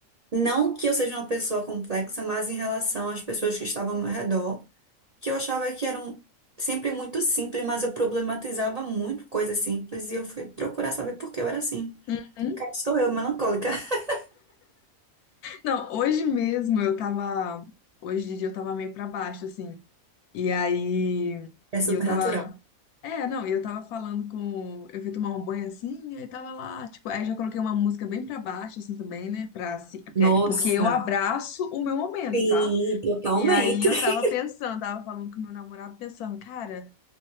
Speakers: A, on the right (about 60°); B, on the left (about 90°).
A: Não que eu seja uma pessoa complexa, mas em relação às pessoas que estavam ao meu redor. que eu achava que eram sempre muito simples, mas eu problematizava muito coisas simples e eu fui procurar saber por que eu era assim.
B: Uhum.
A: Cá estou eu, melancólica. <laughs>
B: Não, hoje mesmo eu tava. Hoje de dia eu tava meio pra baixo, assim. E aí.
A: É supernatural.
B: E eu tava. É, não, eu tava falando com. Eu fui tomar um banho assim, aí tava lá, tipo, aí já coloquei uma música bem pra baixo, assim também, né? Pra, se- porque,
A: Nossa,
B: porque eu abraço o meu momento,
A: sim,
B: tá?
A: totalmente.
B: E aí eu
A: <laughs>
B: tava pensando, tava falando com meu namorado, pensando, cara,